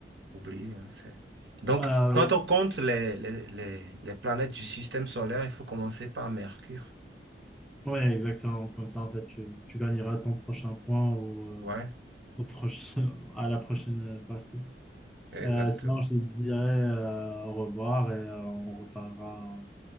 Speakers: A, on the right; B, in the centre.
A: oublier. hein, c'est- Donc,
B: Voilà,
A: quand
B: oui.
A: on compte les, les, les, les planètes du système solaire, il faut commencer par Mercure.
B: Ouais, exactement. Comme ça, en fait, tu, tu gagneras ton prochain point ou euh,
A: Ouais,
B: au prochain, <laughs> à la prochaine partie.
A: exactement.
B: Euh, sinon, je te dirai euh, au revoir et euh, on reparlera